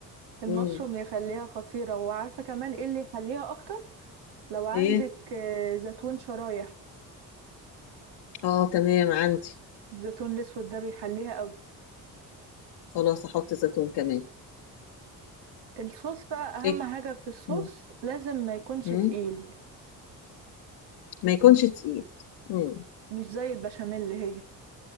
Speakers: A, on the right; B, on the left.
A: المشروم
B: مم.
A: يخليها خطيرة وعارفة كمان ايه اللي يحليها اكتر لو عندك
B: ايه
A: آه، زيتون شرايح
B: اه تمام عندي
A: الزيتون الاسود ده بيحليها قوي
B: خلاص احط زيتون كمان
A: الصوص بقى اهم
B: ايه
A: حاجة في الصوص
B: مم.
A: لازم ما يكونش
B: مم.
A: تقيل
B: ما يكونش تقيل امم
A: مش زي البشاميل اللي هي